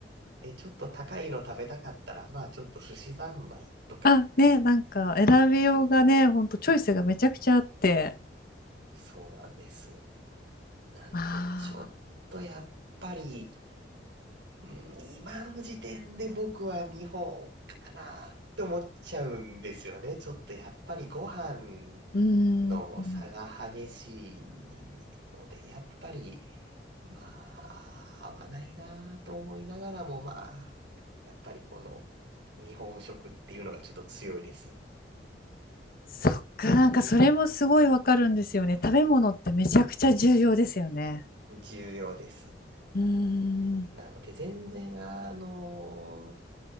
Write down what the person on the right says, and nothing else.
で、ちょっと高いの食べたかったら、まあちょっと寿司三昧とか。
そうなんです。なので、
ちょっとやっぱり、うん今の時点で僕は日本かなって思っちゃうんですよね。ちょっとやっぱりご飯
の差が激しいので、やっぱり、まあ、合わないなと思いながらも、まあ、やっぱりこの日本食っていうのがちょっと強いです。
重要です。
なので全然あの、